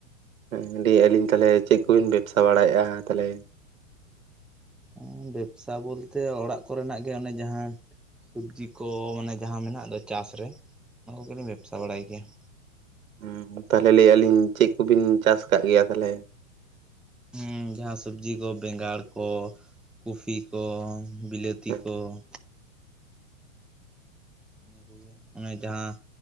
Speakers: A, on the right; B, in the centre.
A: ᱦᱮᱸ ᱫᱤᱭᱮ ᱟᱹᱞᱤᱧ ᱛᱟᱞᱮ ᱪᱮᱜ ᱠᱚᱵᱤᱱ ᱵᱮᱵᱽᱥᱟ ᱵᱟᱲᱟᱭᱮᱜᱼᱟ ᱛᱟᱞᱮ?
B: <inaudible> ᱵᱮᱵᱥᱟ ᱵᱚᱞᱛᱮ ᱚᱲᱟᱜ ᱠᱚᱨᱮᱱᱟᱜ ᱜᱮ ᱚᱱᱮ ᱡᱟᱦᱟᱸ ᱾ ᱥᱚᱵᱽᱡᱤ ᱠᱚ ᱢᱟᱱᱮ ᱡᱟᱦᱟᱸ ᱢᱮᱱᱟᱜ ᱫᱚ ᱪᱟᱥ ᱨᱮ ᱚᱱᱟ ᱠᱚᱜᱮᱞᱤᱧ ᱵᱮᱵᱥᱟ ᱵᱟᱲᱟᱭ ᱜᱮᱭᱟ ᱾
A: <inaudible> ᱛᱟᱦᱞᱮ ᱞᱟᱹᱭ ᱞᱤᱧ ᱪᱮᱜ ᱠᱚᱵᱤᱱ ᱪᱟᱥ ᱠᱟᱜ ᱜᱮᱭᱟ ᱛᱟᱦᱞᱮ?
B: ᱦᱩᱸ ᱡᱟᱦᱟᱸ ᱥᱚᱵᱽᱡᱤ ᱠᱚ ᱵᱮᱸᱜᱟᱲ ᱠᱚ, ᱠᱚᱯᱷᱤ ᱠᱚ ᱵᱤᱞᱟᱹᱛᱤ
A: ᱦᱮᱸ
B: ᱠᱚ ᱾ ᱤᱱᱟᱹ ᱠᱚᱜᱮ ᱚᱱᱮ ᱡᱟᱦᱟᱸ